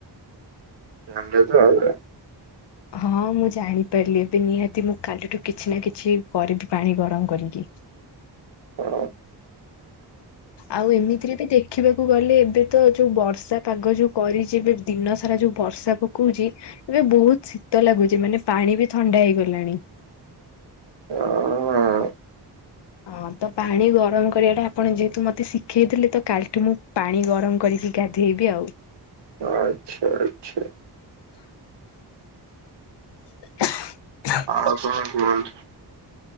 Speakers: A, on the right; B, on the left.
A: ଜାଣିଲେ ତ ଅଵିକା?
B: ହଁ ମୁଁ ଜାଣିପାରିଲି ଏବେ ନିହାତି ମୁଁ କାଲିଠୁ କିଛି ନା କିଛି କରିବି ପାଣି ଗରମ୍ କରିକି।
A: ହ।
B: ଆଉ ଏମିତିରେ ବି ଦେ ଖିବାକୁ ଗଲେ ଏବେ ତ ଯୋଉ ବର୍ଷା ପାଗ ଯୋଉ କରିଛି ଏବେ ଦିନସାରା ଯୋଉ ବର୍ଷା ପକଉଚି। ଏବେ ବହୁତ୍ ଶୀତ ଲାଗୁଚି ମାନେ ପାଣି ବି ଥଣ୍ଡା ହେଇଗଲାଣି।
A: ହ ହ।
B: ଆ ତ ପାଣି ଗରମ୍ କରିବା ଟା ଆପଣ ଯେହେତୁ ମତେ ଶିଖେଇଦେଲେ ତ କାଲିଠୁ ମୁଁ ପାଣି ଗରମ୍ କରିବି। ଗାଧଇବି ଆଉ।
A: ଆଚ୍ଛା ଆଚ୍ଛା।
B: <unintelligible>
A: ଆଉ କଣ କୁହନ୍ତୁ?